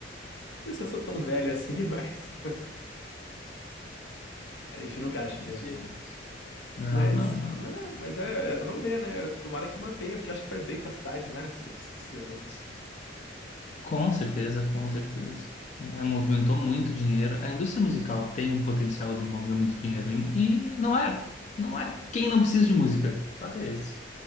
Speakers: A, on the left; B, on the left.
A: não sei se eu sou tão velho assim, <laughs> mas a gente nunca acha que é.
B: Sim. Não,
A: Mas,
B: não, não.
A: não, mas é, é, vamos ver, né? Tomara que mantenha, porque eu acho que faz bem pra cidade, né? Esses, esses eventos.
B: Com certeza, com certeza. É, movimentou muito dinheiro. A indústria musical tem o potencial de mover muito dinheiro. E, e não é, não há quem não precisa de música. O fato é esse.